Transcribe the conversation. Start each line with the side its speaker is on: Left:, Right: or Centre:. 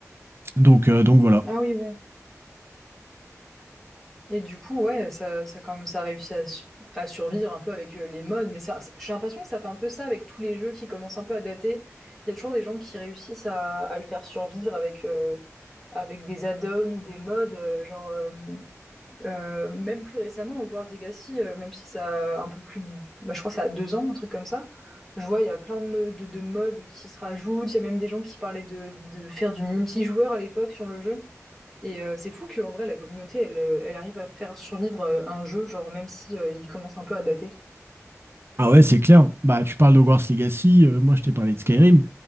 Right: Donc, euh, donc voilà.
Centre: Ah oui, ouais. Et du coup, ouais, ça, ça quand même, ça a réussi à, su- à survivre un peu avec euh, les modes, mais ça, ça- j'ai l'impression que ça fait un peu ça avec tous les jeux qui commencent un peu à dater. Il y a toujours des gens qui réussissent à, à le faire survivre avec, euh, avec des add-ons ou des modes, euh, genre, euh, euh, même plus récemment, Hogwarts Legacy, euh, même si ça a un peu plus, bah, je crois que ça a deux ans, un truc comme ça. Je vois, il y a plein de, de, de modes qui se rajoutent. Il y a même des gens qui parlaient de, de faire du multijoueur à l'époque sur le jeu. Et euh, c'est fou qu'en vrai, la communauté, elle, euh, elle arrive à faire survivre euh, un jeu, genre même si euh, il commence un peu à dater.
Right: Ah ouais, c'est clair. Bah, tu parles de Hogwarts Legacy, euh, moi je t'ai parlé de Skyrim.